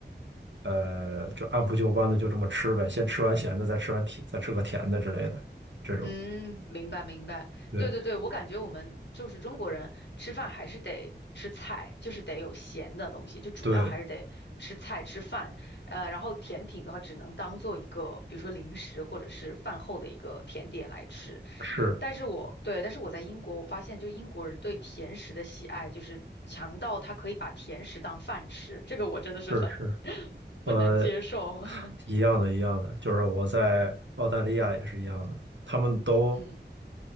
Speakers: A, on the right; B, on the left.
A: 呃，就按部就班的就这么吃呗，先吃完咸的，再吃完甜，再吃个甜的之类的这种。
B: 嗯，明白明白，
A: 对
B: 对对对，我感觉我们就是中国人吃饭还是得吃菜，就是得有咸的东西，就主要还是得吃菜吃饭，
A: 对，
B: 呃，然后甜品的话只能当做一个，比如说零食或者是饭后的一个甜点来吃。
A: 是
B: 但是我对，但是我在英国，我发现就英国人对甜食的喜爱就是强到他可以把甜食当饭吃，这个我真的是很
A: 是是，
B: <laughs>
A: 呃，
B: 不能接受。<laughs>
A: 一样的，一样的，就是我在澳大利亚也是一样的，他们都。
B: 嗯